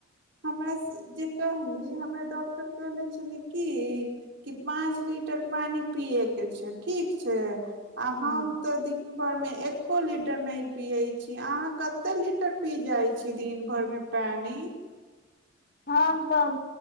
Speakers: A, on the right; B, on the left.
A: हमरा जे कहली हमरा डॉक्टर कहनेे छली की कि पाँच लीटर पानि पियए के छै ठीक छै आ हम
B: हूँ
A: तऽ दिन भरमे एक्को लीटर नहि पियैत छी अहाँ कतेक लीटर पी जाइत छी दिन भरिमे पानि
B: ह तऽ